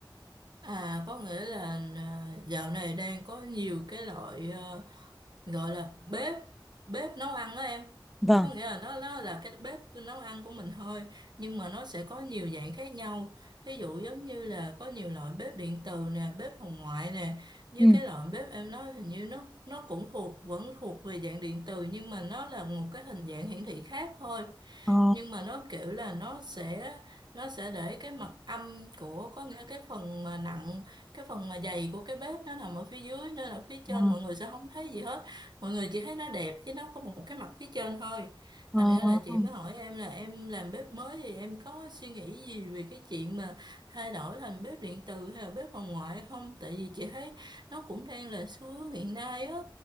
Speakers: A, on the right; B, in the centre.
A: à có nghĩa là à, dạo này đang có nhiều cái loại ờ, gọi là bếp bếp nấu ăn đó em
B: Vâng.
A: có nghĩa là nó nó là cái bếp của nấu ăn của mình thôi nhưng mà nó sẽ có nhiều dạng khác nhau ví dụ giống như là có nhiều loại bếp điện từ nè bếp hồng ngoại nè như
B: Ừ.
A: cái loại bếp em nói hình như nó nó cũng thuộc vẫn thuộc về dạng điện từ nhưng mà nó là một cái hình dạng hiển thị khác thôi
B: Ờ,
A: nhưng mà nó kiểu là nó sẽ nó sẽ để cái mặt âm của có nghĩa cái phần mà nặng cái phần mà dày của cái bếp nó nằm ở phía dưới nên là phía trên
B: ờ,
A: mọi người sẽ không thấy gì hết mọi người chỉ thấy nó đẹp chứ nó có một cái mặt phía trên thôi
B: ờ.
A: thành ra là chị
B: ờ.
A: mới hỏi em là em làm bếp mới thì em có suy nghĩ gì về cái chuyện mà thay đổi thành bếp điện từ hay là bếp phòng ngoại không tại vì chị thấy nó cũng đang là xu hướng hiện nay á